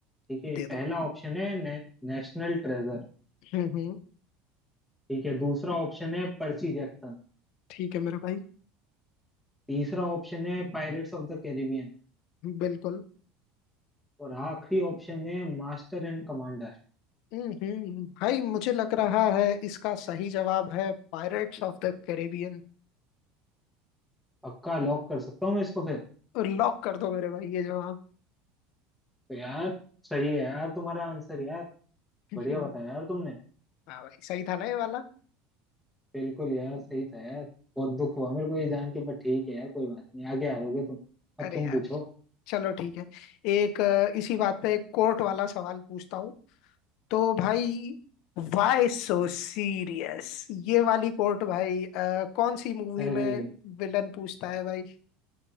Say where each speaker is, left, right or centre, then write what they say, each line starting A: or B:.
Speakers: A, in the centre; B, on the left.
A: ठीक है
B: दे
A: पहला
B: दो
A: ऑप्शन है ने, नेशनल ट्रेजर
B: हम्म हम्म
A: ठीक है दूसरा ऑप्शन है पर्सी जैक्सन
B: ठीक है मेरे भाई
A: तीसरा ऑप्शन है पायरेट्स ऑफ द कैरिबियन
B: बिल्कुल
A: और आखिरी ऑप्शन है मास्टर एंड कमांडर
B: हम्म हम्म, भाई मुझे लग रहा है इसका सही जवाब है pirates of the Caribbean
A: पक्का लॉक कर सकता हूँ मैं इसको फिर
B: Lock कर दो मेरे भाई ये जवाब
A: तो यार सही है यार तुम्हारा आंसर यार
B: <laughs>
A: बढ़िया
B: हाँ
A: बताया यार तुमने
B: भाई सही था ना ये वाला
A: बिल्कुल यार सही था यार बहुत दुख हुआ मेरे को ये जान के पर ठीक है यार कोई बात नहीं आगे हारोगे तुम अब
B: अरे
A: तुम
B: यार
A: पूछो
B: चलो ठीक है एक अ, इसी बात पे एक कोर्ट वाला सवाल पूछता हूँ तो भाई वाई सो सीरियस ये वाली कोर्ट भाई अ, कौन सी मूवी
A: अरे
B: में विलन पूछता है भाई